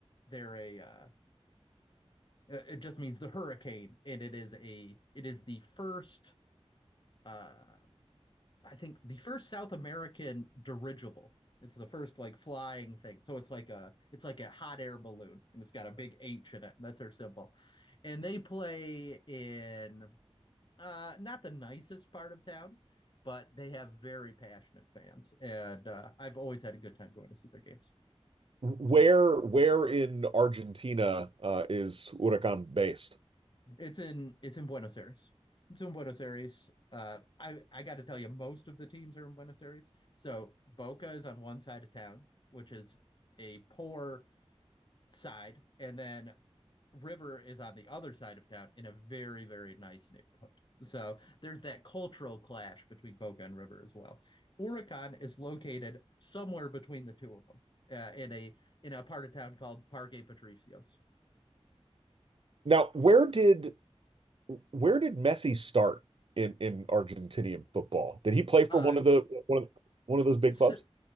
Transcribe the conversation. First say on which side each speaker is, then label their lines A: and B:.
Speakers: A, on the left; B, on the right.
A: they're a uh, it just means the hurricane, and it is a it is the first uh I think the first South American dirigible. It's the first like flying thing. So it's like a it's like a hot air balloon and it's got a big H in it. That's their symbol. And they play in uh, not the nicest part of town, but they have very passionate fans, and uh, I've always had a good time going to see their games.
B: Where where in Argentina uh, is Huracan based?
A: It's in it's in Buenos Aires. It's in Buenos Aires. Uh, I I got to tell you, most of the teams are in Buenos Aires. So Boca is on one side of town, which is a poor side, and then River is on the other side of town in a very, very nice neighborhood. So there's that cultural clash between Boca and River as well. Oricon is located somewhere between the two of them uh, in a in a part of town called Parque Patricios.
B: Now, where did where did Messi start in in Argentinian football? Did he play for
A: Uh,
B: one of the one of one of those big
A: so
B: clubs?